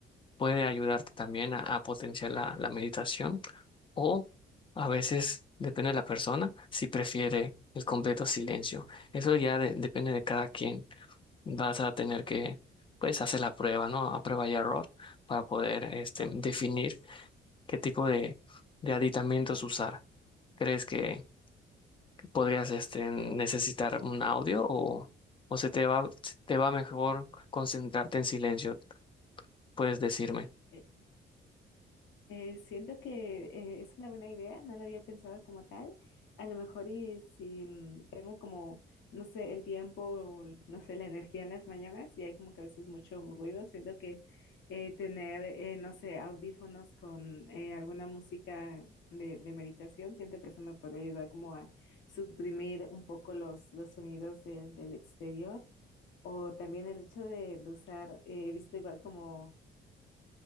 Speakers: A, on the left; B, on the left.
A: puede ayudarte también a, a potenciar la, la meditación o a veces, depende de la persona, si prefiere el completo silencio. Eso ya de- depende de cada quien vas a tener que, pues, hacer la prueba, ¿no? A prueba y error para poder, este, definir qué tipo de, de aditamentos usar. ¿Crees que podrías, este, necesitar un audio o, o se te va, te va mejor concentrarte en silencio? Puedes decirme.
B: ok. Eh, siento que eh, es una buena idea, no lo había pensado como tal. A lo mejor y si mm, tengo como, no sé, el tiempo, o, no sé, la energía en las mañanas y hay como que a veces mucho ruido, siento que eh, tener, eh, no sé, audífonos con eh, alguna música de, de meditación, siento que eso me podría ayudar como a suprimir un poco los, los sonidos del del exterior. O también el hecho de, de usar, eh, he visto igual como